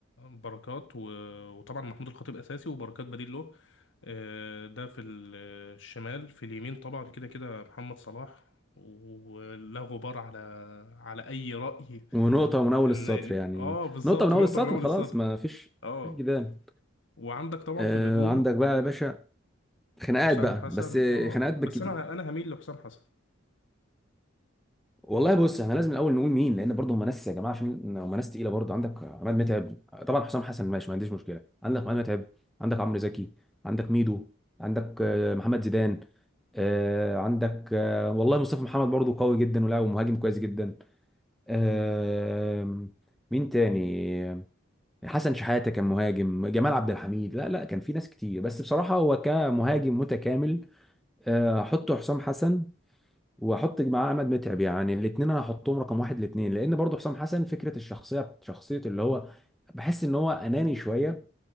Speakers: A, on the left; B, in the centre.
A: بركات و... وطبعا محمود الخطيب أساسي وبركات بديل له آه، ده في ال- الشمال في اليمين طبعا كده كده محمد صلاح ولا غبار على على اي رأي
B: ونقطه من اول السطر
A: ان
B: يعني
A: اه بالظبط
B: نقطه من اول
A: نقطة
B: السطر
A: من اول
B: خلاص
A: السطر
B: ما فيش
A: اه
B: مفيش جدال
A: وعندك طبعا
B: آه
A: في الهجوم
B: عندك بقى يا باشا خناقات
A: حسام
B: بقى
A: حسن
B: بس
A: اه
B: خناقات بالكتير
A: بس انا انا هميل لحسام حسن
B: والله بص احنا لازم الاول نقول مين لان برضه هم ناس يا جماعه عشان هم ناس تقيله برضه عندك عماد متعب طبعا حسام حسن ماشي ما عنديش مشكله عندك عماد متعب عندك عمرو زكي عندك ميدو عندك آه، محمد زيدان آه، عندك آه، والله مصطفى محمد برضه قوي جدا ولاعب مهاجم كويس جدا آه، مين تاني حسن شحاته كان مهاجم جمال عبد الحميد لا لا كان في ناس كتير بس بصراحه هو كمهاجم متكامل آه، حطه حسام حسن واحط معاه عماد متعب يعني الاثنين انا هحطهم رقم واحد الاثنين لان برضو حسام حسن فكره الشخصيه شخصيه اللي هو بحس ان هو اناني شويه